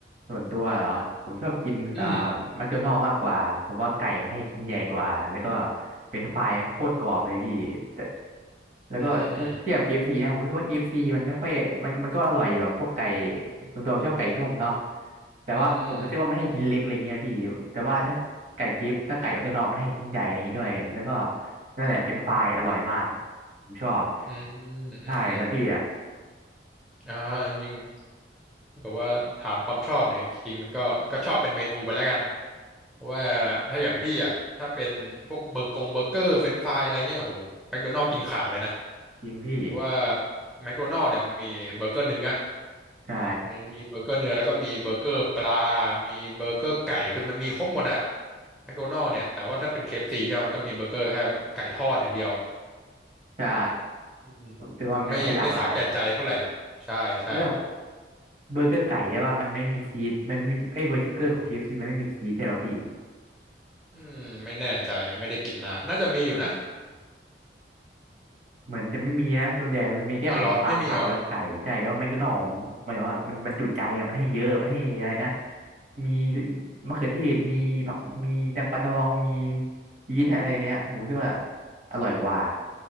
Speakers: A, on the right (about 40°); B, in the centre.
A: ส่วนตัวเหรอผมชอบกินอ่า
B: อืม
A: แมคโดนัลด์มากกว่าผมว่าไก่มันให้ชิ้นใหญ่กว่าแล้วก็เป็นไฟรายมันโคตรกรอบเลยพี่แต่แล้วก็ถ้าเทียบ
B: อืมอืม
A: KFC นะผมรู้สึกว่า k ซีมันไม่ค่อยมันมันก็อร่อยอยู่อะพวกไก่ส่วนตัวผมชอบไก่นุ่มเนาะแต่ว่าผมรู้สึกว่ามันให้ชิ้นเล็กอะไรเงี้ยพี่แต่ว่าถ้าไก่เคฟถ้าไก่แมคโดนัลด์มันให้ชิ้นใหญ่อะไรอย่างงี้ด้วยแล้วก็
B: อืมอืม
A: นั่นแหละเป็นไฟรายอร่อยมากผมชอบ
B: อืม
A: ใช่แล้วพี่อะ
B: อืมอืมอ่าจริงๆถ้าเกิดว่าถามความชอบเนี่ยจริงๆมันก็ก็ชอบเป็นเมนูไปแล้วกันเพราะว่าถ้าอย่างพี่อ่ะถ้าเป็นพวกเบอร์กงเบอร์เกอร์เฟรนช์ฟรายอะไรเงี้ยโหแมคโดนัลด์กินขาดเลยนะ
A: ยิงพี่
B: เพราะว่าแมคโดนัลด์เนี่ยมันมีเบอร์เกอร์เนื้อ
A: ใช่
B: มันมีเบอร์เกอร์เนื้อแล้วก็มีเบอร์เกอร์ปลา มีเบอร์เกอร์ไก่คือมันมีครบหมดอะแมคโดนัลด์เนี่ยแต่ว่าถ้าเป็น KFC ใช่ไหมมันก็มีเบอร์เกอร์แค่ไก่ทอดอย่างเดียว
A: ใช่
B: อืม
A: ผมคิดว่ามันไม่ค่อยหลากหลายนะ
B: ไม่ไม่สาแก่ใจเท่าไหร่ใช่ใช่
A: แล้วแบบเบอร์เกอร์ไก่ใช่ป่ะมันไม่มีชีสมันไม่มีเอ้ยเบอร์เกอร์ของ KFC มันไม่มีชีสใช่ป่ะพี่
B: อืมไม่แน่ใจอะไม่ได้กินนานน่าจะมีอยู่นะ
A: เหมือนจะไม่มีนะส่วนใหญ่มันมีแค่ขนมปังผักแล้วก็ไก่ใช่แล้วมันก็หน่อมหมายว่ามันมันจุใจอ่ะมันให้เยอะมันให้อะไรนะ
B: อ๋อเหรอไม่มีเหรอ
A: มีมะเขือเทศมีผักมีแตงกวาดองมีชีสอะไรเนี้ยผมคิดว่าอร่อยกว่า